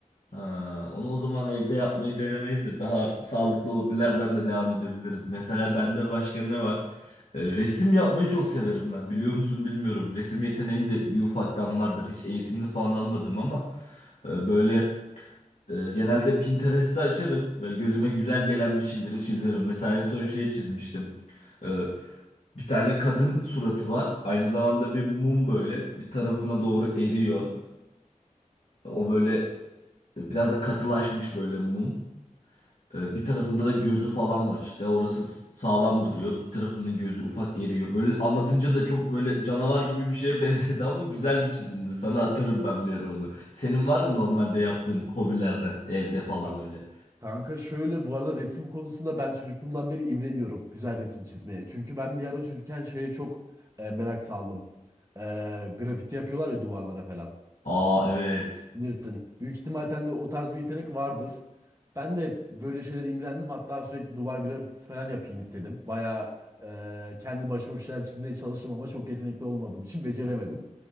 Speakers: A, on the left; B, on the right.
A: Ha, onu o zaman evde yapmayı denemeyiz de daha sağlıklı hobilerden de devam edebiliriz. Mesela bende başka ne var? E, resim yapmayı çok severim ben. Biliyor musun bilmiyorum. Resim yeteneğim de bir ufaktan vardır. Hiç eğitimli falan almadım ama e, böyle e, genelde Pinterest'i açarım. Ve gözüme güzel gelen bir şeyleri çizerim. Mesela en son şeyi çizmiştim. E, bir tane kadın suratı var. Aynı zamanda bir mum böyle bir tarafına doğru eriyor. O böyle e, Biraz da katılaşmış böyle mum. Ee, Bir tarafında da gözü falan var işte. Orası s- sağlam duruyor. Bir tarafının gözü ufak eriyor. Böyle anlatınca da çok böyle canavar gibi bir şeye <laughs> benzedi ama güzel bir çizimdi. Sana atarım ben bir ara onu. Senin var mı normalde yaptığın hobilerden evde falan
B: Ha,
A: öyle?
B: Kanka şöyle bu arada resim konusunda ben çocukluğumdan beri imreniyorum güzel resim çizmeye. Çünkü ben bir ara çocukken şeye çok e, merak saldım. E, grafiti yapıyorlar ya duvarlara falan.
A: Aa evet.
B: bilirsin. Büyük ihtimal sende o tarz bir yetenek vardır. Ben de hep böyle şeylere imrendim. Hatta sürekli duvar grafitisi falan yapayım istedim. Bayağı e, kendi başıma bir şeyler çizmeye çalıştım ama çok yetenekli olmadığım için beceremedim.